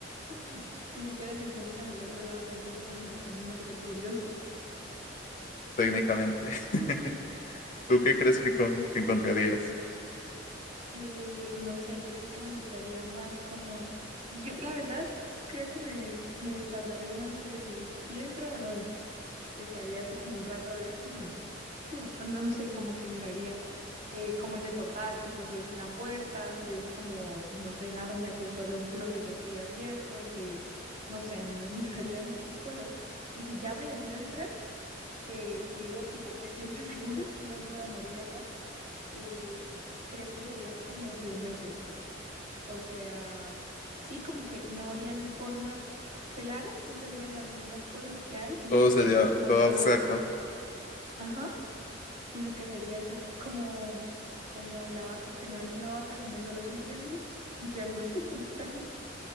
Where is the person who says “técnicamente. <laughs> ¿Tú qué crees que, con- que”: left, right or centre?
Left